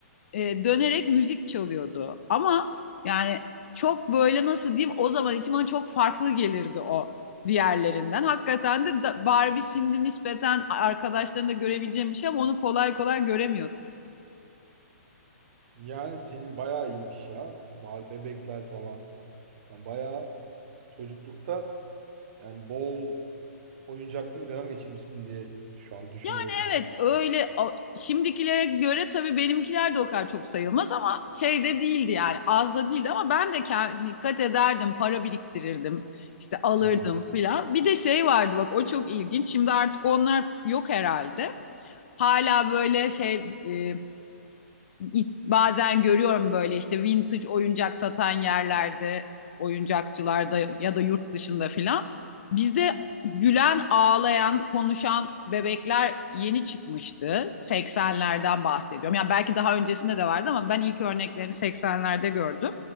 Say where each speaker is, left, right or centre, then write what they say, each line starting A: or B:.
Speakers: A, on the left; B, on the right.
A: e, dönerek müzik çalıyordu. Ama yani çok böyle nasıl diyeyim o zaman için bana çok farklı gelirdi o diğerlerinden. Hakikaten de da- Barbie Cindy nispeten arkadaşlarında görebileceğim bir şey ama onu kolay kolay göremiyordum.
B: Yani senin bayağı iyiymiş ya. Bar bebekler falan. Sen bayağı çocuklukta yani bol oyuncaklı bir dönem geçirmişsin diye şu an düşünüyorum.
A: Yani evet öyle o- şimdikilere göre tabii benimkiler de o kadar çok sayılmaz ama şey de değildi yani az da değildi ama ben de ke- dikkat ederdim para biriktirirdim işte alırdım
B: hı.
A: filan. Bir de şey vardı bak o çok ilginç şimdi artık onlar yok herhalde. Hala böyle şey e, it- bazen görüyorum böyle işte vintage oyuncak satan yerlerde, oyuncakçılarda ya da yurt dışında filan. Bizde gülen, ağlayan, konuşan bebekler yeni çıkmıştı. 80'lerden bahsediyorum. Yani belki daha öncesinde de vardı ama ben ilk örneklerini 80'lerde gördüm.